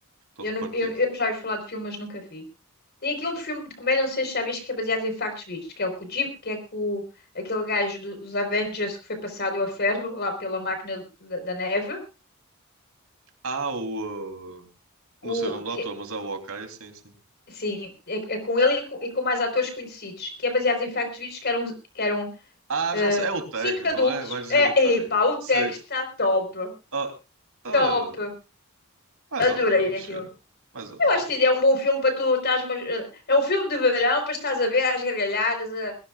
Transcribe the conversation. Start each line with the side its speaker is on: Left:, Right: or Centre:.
Right: estou
Left: Eu,
Right: repartido.
Left: não, eu, eu já ia falar de filmes, nunca vi. Tem aquele outro filme de comédia, não sei se já viste, que é baseado em factos verídicos, que é o com o Jim, que é com o- aquele gajo do- dos Avengers que foi passado a ferro lá pela máquina da, da neve.
Right: Ah, o. uh,
Left: O,
Right: Não sei o nome do
Left: que,
Right: ator, mas é o Hawkeye, sim, sim.
Left: sim, é, é com ele e com, e com mais atores conhecidos, que é baseado em factos verídicos, que eram, que eram
Right: Ah,
Left: eh,
Right: já sei. É o tag
Left: cinco adultos.
Right: não é? Vais dizer
Left: É,
Right: o tag
Left: epá, o texto
Right: Sim.
Left: está top,
Right: Ah, ah,
Left: top.
Right: mais
Left: Adorei
Right: ou menos,
Left: aquilo.
Right: sim. Mais ou
Left: Eu
Right: menos.
Left: acho que é um bom filme para tu estás... Mas, eh, é um filme de verão para estás a ver às gargalhadas, a,